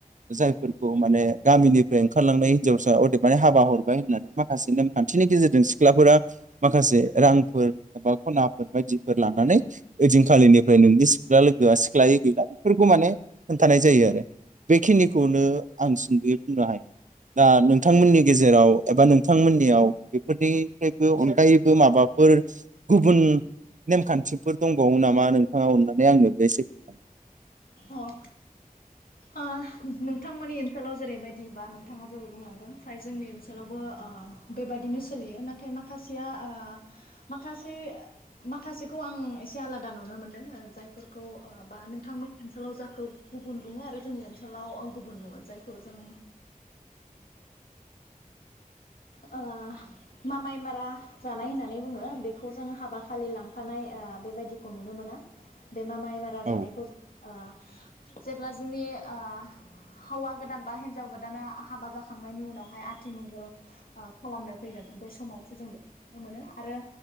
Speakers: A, on the right (about 60°); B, on the left (about 80°).
A: जायफोरखौ माने गामिनिफ्राय ओंखारलांनाय हिनजावसा अदेबानानै हाबा हरबाय होननानै माखासे नेमखान्थिनि गेजेरजों सिख्लाफोरा माखासे रांफोर एबा खनाफोर बायदिफोर लानानै ओइदिनखालिनिफ्राय नोंनि सिख्ला लोगोआ सिख्लायै गैला बेफोरखौ माने खोन्थानाय जायो आरो बेखिनिखौनो आं सुंद'यै बुंनो हायो दा नोंथांमोननि गेजेराव एबा नोंथांमोननियाव बेफोरनिफ्रायबो अनगायैबो माबाफोर गुबुन नेमखान्थिफोर दंबावो नामा नोंथाङा अननानै आंनो बे एसे खोन्था
B: अ अ नोंथांमोननि ओनसोलाव जेरैबायदि बा नोंथाङा जेरै बुंलांदों फ्राय जोंनि ओनसोलावबो ओ बेबायदिनो सोलियो नाथाय माखासेया ओ माखासे माखासेखौ आं एसे आलादा नुनो मोनदों आरो जायफोरखौ खौ बा नोंथांमोन ओनसोलाव जाखौ गुबुन बुङो आरो जोंनि ओनसोलाव गुबुन बुङो जायखौ जों ओ मामाय मारा जानाय होननानै बुङो बेखौ जों हाबा खालि लांफानाय ओ बेबायदिखौ नुनो मोना। बे मामाइ मारा
A: औ
B: जानायखौ जों ओ जेब्ला जोंनि ओ हौवा गोदान बा हिन्जाव गोदाना हाबा जाखांनायनि उनावहाय आथिमंगल। खालामनो फैगोन बे समावसो जों बे नुनो मोनो आरो